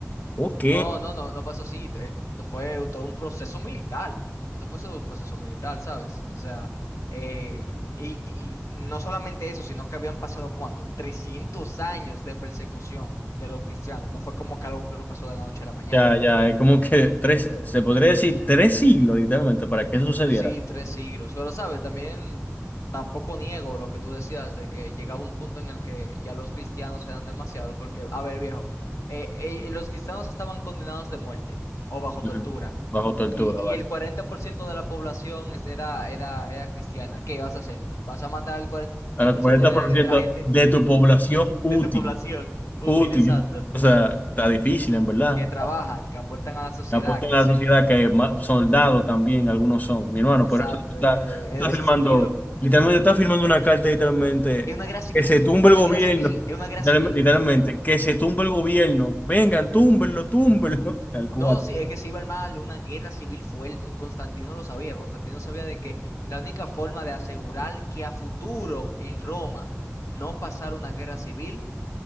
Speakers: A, on the left; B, on the left.
A: Ok,
B: No, no, no, no pasó así. Eh, Esto fue todo un proceso militar. Esto fue todo un proceso militar, ¿sabes? O sea, eh, y, y no solamente eso, sino que habían pasado, ¿cuánto? 300 años de persecución de los cristianos. No fue como que algo que pasó de la noche a la mañana.
A: ya, ya, es como que tres, se podría decir tres siglos literalmente para que eso sucediera.
B: Sí, tres siglos. Pero, ¿sabes? También tampoco niego lo que tú decías de que llegaba un punto en el que ya los cristianos eran demasiados, porque, a ver, viejo, eh, eh, los cristianos estaban condenados de muerte o bajo
A: Ujú.
B: tortura.
A: Bajo tortura,
B: Y, y
A: vale.
B: el 40% de la población es- era, era, era cristiana. ¿Qué vas a hacer? ¿Vas a matar al 40%
A: Al cuarenta
B: de,
A: por
B: de,
A: ciento
B: de la gente,
A: de tu población útil,
B: de tu población? Útil,
A: útil.
B: exacto.
A: O sea, está difícil, en verdad.
B: Que trabajan, que aportan a la sociedad,
A: La Apuesta
B: que
A: a
B: hacen...
A: la sociedad que más soldados también algunos son, mi hermano.
B: Exacto,
A: Por eso tú estás,
B: de que
A: tú estás
B: es un
A: firmando,
B: sinsentido.
A: literalmente estás firmando una carta, literalmente,
B: Es una guerra civil,
A: que se tumbe
B: una
A: el gobierno.
B: guerra civil, es una guerra
A: literal-
B: civil.
A: Literalmente, que se tumbe el gobierno. Vengan, túmbenlo, túmbenlo. <laughs> Tal cual.
B: No, sí, es que se iba a mal, una guerra civil fuerte. Constantino lo sabía, Constantino sabía de que la única forma de asegurar que a futuro en Roma no pasara una guerra civil